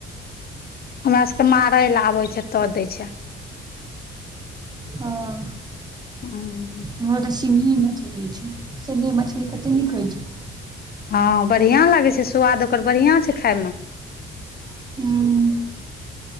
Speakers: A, on the left; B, on the right.
A: हमरा सबके मारै लए आबै छै तऽ दै छै
B: हाँं।
A: हूं
B: हमर तऽ सिङ्गही मछली छै सिङ्गही मछली कते नीक होइ छैय।
A: हाँ बढ़िया लागै छै सुवाद ओकर बढ़िया छै खाय मे।
B: हूँ,